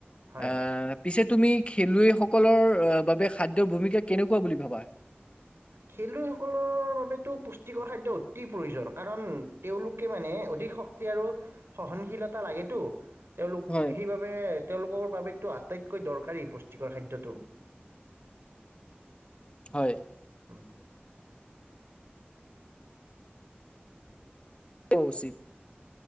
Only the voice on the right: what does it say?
হয়
খেলুৱৈসকলৰ বাবেতো পুষ্টিকৰ খাদ্য অতি প্ৰয়োজন। কাৰণ তেওঁলোকে মানে অধিক শক্তি আৰু সহনশীলতা লাগেতো। তেওঁলোক
সেইবাবে তেওঁলোকৰ বাবেতো আটাইতকৈ কৈ দৰকাৰী পুষ্টিকৰ খাদ্যটো।
উম।